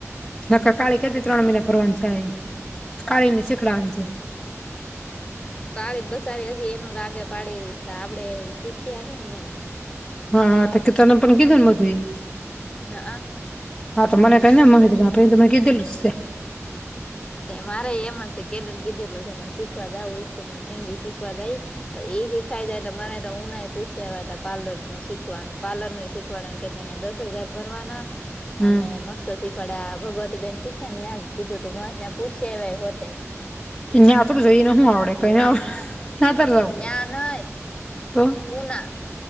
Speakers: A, in the centre; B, on the left.
A: નકર કાળી કેતીતી ત્રણ મહિના ભરવાની છે આ કાળી ને શીખડવાની છે
B: કાળી બસારી હજી એનું રાગે પાડી રશ તો આપડે શીખી આવીએ ને એમ
A: હા હા તો કે તને પણ કીધું બધુંય.
B: હ આ.
A: હા તો મને કઈ ને એ તો મને કીધેલું છે.
B: મારે એમ છે કેદીનું કીધેલુંને શીખવા જાવ હશે ને તો શીખવા જઈશ. ઈ શીખાય જાય મને તો ઉનાય પૂછી આયવાતા પાર્લર નું શીખવાનું પાર્લર નું શીખ <unintelligible> દસ હજાર ભરવાના
A: હમ
B: અને મસ્ત શીખવાડે આ ભગવતી બેેન શીખે ન્યાજ કીધું તું પૂછ્યા ઇવા હોત.
A: યા તો ભી જઈને શું આવડે કઈ આવડે. <unintelligible>
B: ન્યા નય
A: તો
B: ઉના